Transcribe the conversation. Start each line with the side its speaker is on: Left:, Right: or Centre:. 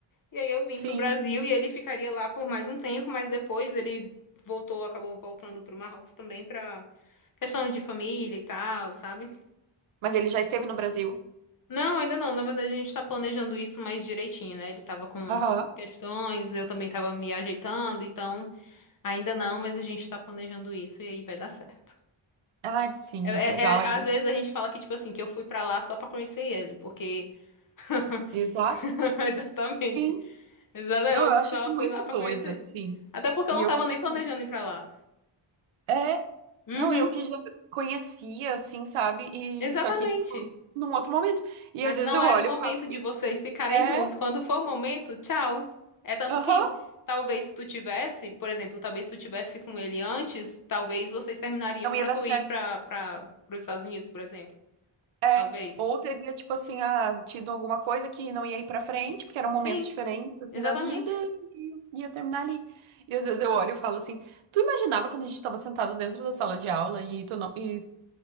Left: E aí eu vim
Right: sim.
Left: para o Brasil e ele ficaria lá por mais um tempo, mas depois ele voltou, acabou voltando para o Marrocos também para questão de família e tal, sabe?
Right: Mas ele já esteve no Brasil?
Left: Não, ainda não. Na verdade, a gente tá planejando isso mais direitinho, né? Ele tava com
Right: Aham.
Left: as questões, eu também tava me ajeitando, então. Ainda não, mas a gente tá planejando isso e aí vai dar certo.
Right: Ah, sim,
Left: É,
Right: que legal.
Left: é- é-
Right: aí.
Left: às vezes a gente fala que, tipo assim, que eu fui pra lá só pra conhecer ele, porque. <laughs>
Right: Exato.
Left: Exatamente.
Right: Sim.
Left: Exatamente.
Right: Não, eu
Left: Eu
Right: acho
Left: só
Right: isso
Left: fui
Right: muito
Left: lá pra
Right: doido,
Left: conhecer
Right: assim.
Left: ele. Até porque
Right: E
Left: eu não
Right: eu
Left: tava
Right: que,
Left: nem
Right: tipo,
Left: planejando ir pra lá.
Right: é,
Left: Uhum,
Right: não, eu que já conhecia, assim, sabe? E
Left: exatamente.
Right: só que, tipo, num outro momento. E
Left: Mas
Right: às vezes
Left: não
Right: eu
Left: era
Right: olho
Left: o momento
Right: e falo assim,
Left: de vocês ficarem
Right: é,
Left: juntos. Quando for o momento, tchau. É tanto
Right: aham,
Left: que talvez se tu tivesse, por exemplo, talvez se tu tivesse com ele antes, talvez vocês terminariam
Right: não
Left: pra
Right: ia dar
Left: tu
Right: certo.
Left: ir pra, pra, pros Estados Unidos, por exemplo.
Right: É.
Left: Talvez.
Right: Ou teria, tipo assim, ah, tido alguma coisa que não ia ir pra frente, porque eram momentos
Left: Sim.
Right: diferentes, assim,
Left: Exatamente.
Right: da vida, e ia terminar ali. E às vezes eu olho e falo assim, tu imaginava quando a gente tava sentado dentro da sala de aula e tu não, e